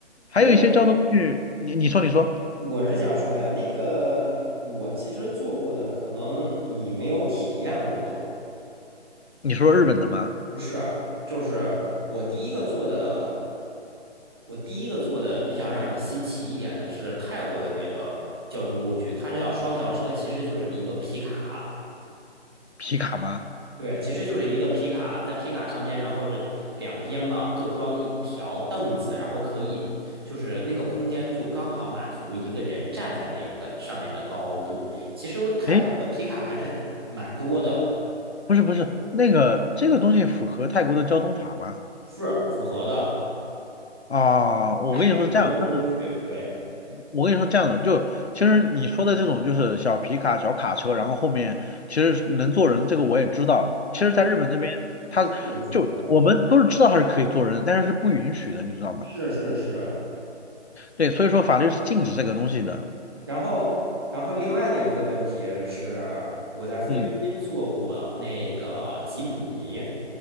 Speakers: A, on the left; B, on the right.
A: 还有一些交通工具，
B: 我认
A: 你你说你说
B: 我是想说呀，那个我其实做过的，可能你没有体验过，
A: 你说日本的吗？
B: 不是？就是我第一个做的，我第一个做的比较让你新奇一点的是泰国的那个交通工具，它是要双条车，其实就是一个皮卡。
A: 皮卡吗？
B: 对，其实就是一个皮卡，在皮卡上面，然后这两边嘛各装一条凳子，然后可以就是那个空间就刚好满足一个人站在那个上面的高度。其实泰国的皮卡还是蛮多的，
A: 哎，不是不是，那个这个东西符合泰国的交通法吗？
B: 是符合的，
A: 啊，我跟你说是这样，
B: 这是一种交通工具，
A: 就是
B: 对，
A: 我跟你说这样的，就其实你说的这种就是小皮卡、小卡车，然后后面其实能坐人，这个我也知道。其实，
B: 嗯，
A: 在日本这边，他就我们都是知道它是可以坐人，
B: 是不允许的，
A: 但是是不允许的，你知道吗？
B: 是是是。
A: 对，所以说法律是禁止这个东西的。
B: 然后，然后另外的一个问题是，我在菲律宾做过那个吉普尼。
A: 嗯，